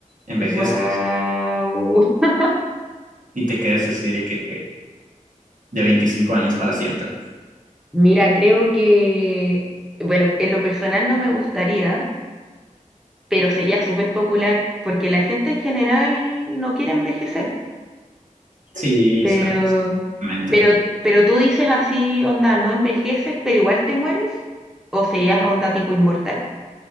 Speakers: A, on the right; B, in the centre.
A: envejezcas
B: Wow. <laughs>
A: y te quedes así de que de 25 años para siempre.
B: Mira, creo que, bueno, en lo personal no me gustaría, pero sería súper popular, porque la gente en general no quiere envejecer,
A: Sí,
B: pero,
A: sabes, exactamente.
B: pero, pero tú dices así, onda, no envejeces, pero igual te mueres, o serías onda tipo inmortal.